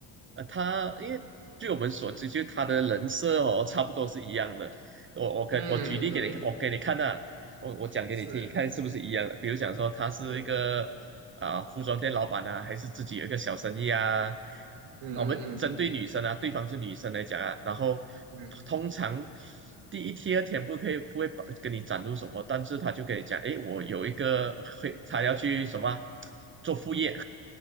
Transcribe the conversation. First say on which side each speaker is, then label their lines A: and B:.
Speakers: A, on the right; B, on the right.
A: 呃，他因为据我们所知，就是他的人设哦，差不多是一样的。我我给，
B: 嗯，
A: 我举例给你，
B: 对，
A: 我给你看呐、我我讲给你听，
B: 是，
A: 你看是不是一样的？比如讲说他是一个啊、
B: 对，
A: 服装店老板啊，还是自己有一个小生意啊？啊
B: 嗯嗯嗯
A: 我们针对女生啊，对方是女生来讲啊，然后
B: 嗯
A: 通常第一、第二天不可以不会把跟你展露什么，但是他就跟你讲，诶，我有一个会，他要去什么啊做副业。